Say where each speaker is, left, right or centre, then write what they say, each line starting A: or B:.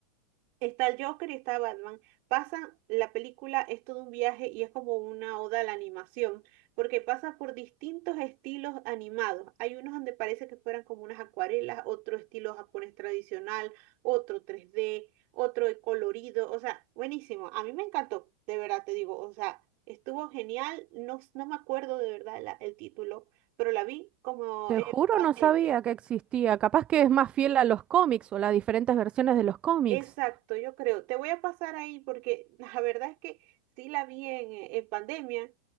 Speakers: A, on the right; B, on the right.
A: Está el Joker y está Batman. Pasa, la película es todo un viaje y es como una oda a la animación, porque pasa por distintos estilos animados. Hay unos donde parece que fueran como unas acuarelas, otro estilo japonés tradicional, otro 3D, otro de colorido. O sea, buenísimo. A mí me encantó, de verdad te digo. O sea, estuvo genial. No, s- no me acuerdo de verdad la- el título, pero la vi como
B: Te
A: en
B: juro,
A: pandemia.
B: no sabía que existía. Capaz que
A: sí.
B: es más fiel a los cómics o las diferentes versiones de los cómics.
A: Exacto, yo creo. Te voy a pasar ahí porque <laughs> la verdad es que sí la vi en, en pandemia